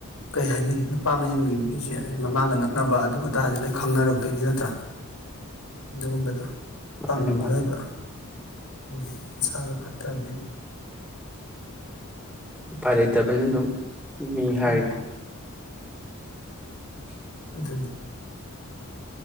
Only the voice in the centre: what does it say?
ꯃꯥꯅꯤ
ꯃꯥꯅꯤ
ꯎꯄꯥꯏ ꯂꯩꯇꯕꯅꯤ ꯑꯗꯨꯝ ꯃꯤ ꯍꯥꯏꯔꯗꯤ
<inaudible>